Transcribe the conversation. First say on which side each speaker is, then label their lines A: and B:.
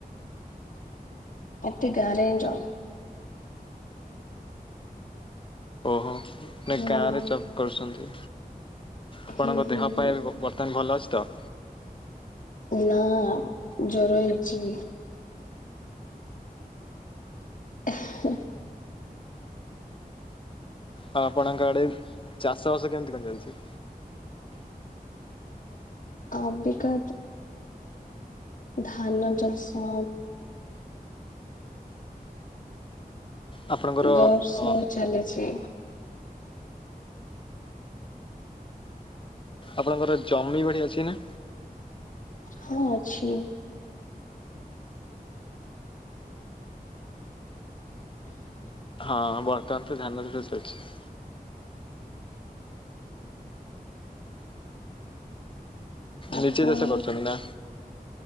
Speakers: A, on the left; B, on the left.
A: ଏତେ ଗାରେ ଯାଉ
B: ଓହୋ ନାଇ
A: ହଁ
B: ଗାଁରେ ଜପ୍ କରୁଛନ୍ତି ଆପଣଙ୍କ
A: ହୁଁ ହୁଁ
B: ଦେହ
A: ହୁଁ
B: ପାଇଁ ବର୍ତ୍ତମାନ ଭଲ ଅଛି ତ?
A: ନା ଜର ହେଇଛି। ଏହେ
B: ହଁ ଆପଣଙ୍କ ଆଡ଼େ ଚାଷ ବାସ କେମିତି କଣ ଚାଲିଛି?
A: ଅବିକା ଧାନ ଚାଷ।
B: ଆପଣଙ୍କର
A: ଜୋରସୋର୍
B: ଅ
A: ଚାଲିଛି।
B: ଆପଣଙ୍କର ଜମି ବାଡ଼ି ଅଛି ନା?
A: ହଁ ଅଛି।
B: ହଁ ବର୍ତ୍ତମାନ ତ ଧାନଚାଷ ଚାଲିଛି।
A: ଆପଣ
B: ନିଜେ ଚାଷ କରୁଛନ୍ତି ନା?